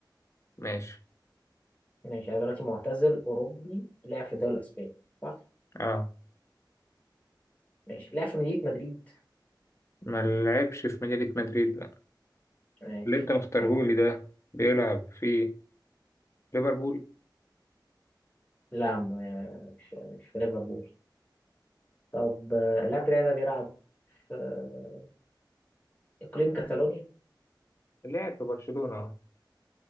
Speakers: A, on the left (about 35°); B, on the left (about 20°).
A: ماشي
B: ماشي انا دلوقتي معتزل اوروبي لعب في الدوري الاسباني صح
A: اه
B: ماشي لعب في مدينه مدريد
A: ما لعبش في مدينه مدريد لا
B: ماشي
A: اللي انت مختارهولي
B: حلو.
A: ده بيلعب في ليفربول
B: لا م- مش مش في ليفربول طب آه، اللاعب بتاعي ده بيلعب في آه، اقليم كاتالونيا
A: لعب في برشلونه آه.